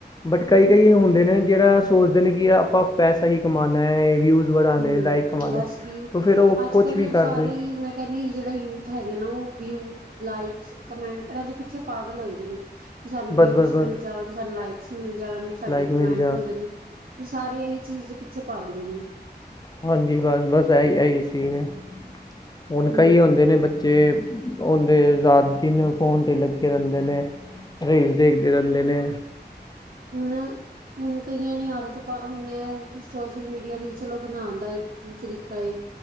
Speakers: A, on the left; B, on the right.
A: ਬਟ ਕਈ, ਕਈ
B: ਉਹੀ
A: ਹੁੰਦੇ
B: ਤੇ
A: ਨੇ 'ਜਿਹੜਾ ਸੋਚਦੇ ਨੇ ਕਿ ਆਪਾਂ ਪੈਸਾ ਹੀ ਕਮਾਉਣਾ ਹੈ। ਵਿਊਜ਼ ਵਧਾਉਣੇ
B: ਹੁਂ
A: ਲਾਈਕ ਕਮਾਉਣੇ
B: ਬਸ ਵਿਊ,
A: ਤੋ ਫਿਰ ਉਹ
B: ਅੱਜ
A: ਕੁਛ
B: ਕੱਲ
A: ਵੀ ਕਰਦੇ
B: ਸਾਰੇ ਮੈਂ ਕਹਿੰਦੇ ਜਿਹੜਾ ਯੂਥ ਹੈਗਾ ਨਾ ਉਹ ਵਿਊ, ਲਾਈਕਸ, ਕਮੈਂਟ ਇਹਨਾਂ ਦੇ ਪਿੱਛੇ ਪਾਗਲ ਹੋਏਦੇ ਨੇ। ਕਿ ਸਾਨੂੰ
A: ਬਸ
B: ਵਿਊ
A: ਬਸ ਬਸ
B: ਮਿਲ ਜਾਣ, ਸਾਨੂੰ ਲਾਈਕਸ ਮਿਲ ਜਾਣ, ਸਾਡੇ
A: ਲਾਈਕ
B: ਕਮੈਂਟ
A: ਮਿਲ
B: ਹੋ ਜਾਣ। ਇਹ ਸਾਰੇ ਇਹੀ ਚੀਜ਼ ਦੇ ਪਿੱਛੇ ਭਗ ਰਹੇ ਨੇ।
A: ਹਾਂਜੀ ਬਸ, ਬਸ ਇਹੀ, ਇਹੀ ਸੀਣਂ ਹੈ। ਹੁਣ
B: ਹਮ
A: ਕਈ ਹੁੰਦੇ ਨੇ ਬ ਬੱਚੇ ਉਹਦੇ ਰਾਤ, ਦਿਣੇਂ ਫੋਨ 'ਤੇ ਲੱਗੇ ਰਹਿੰਦੇ ਨੇ। ਰੀਲਸ ਦੇਖਦੇ ਰਹਿੰਦੇ ਨੇ।
B: ਹੁੰਨ ਹੁਣ ਕਈਆਂ ਨੇ ਆਦਤ ਪਾ, 'ਹੁਣ ਇਹ ਸੋਸ਼ਲ ਮੀਡੀਆ ਵੀ ਚਲੋ 'ਬਣਾਉਣਂ ਦਾ ਕੀ ਤਰੀਕਾ ਹੈ।